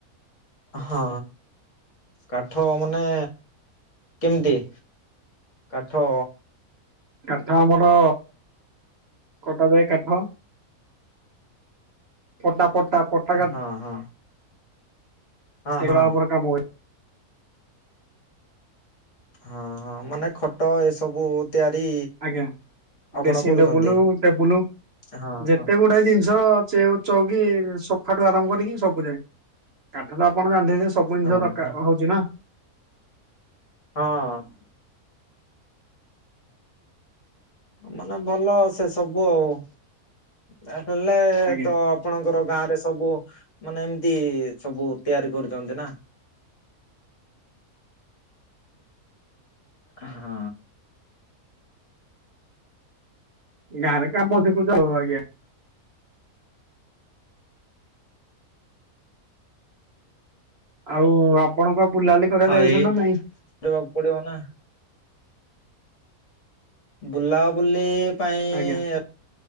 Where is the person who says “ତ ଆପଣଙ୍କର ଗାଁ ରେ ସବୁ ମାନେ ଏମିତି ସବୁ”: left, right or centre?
Left